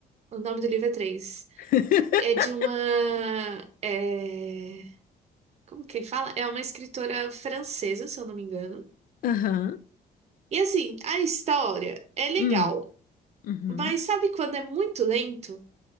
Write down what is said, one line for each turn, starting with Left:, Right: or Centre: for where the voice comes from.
Right: O nome do livro é três.
Left: <laughs>
Right: É de uma. é, Como que fala? É uma escritora francesa, se eu não me engano.
Left: Aham.
Right: E assim, a história é legal,
Left: Hum. Uhum.
Right: mas sabe quando é muito lento?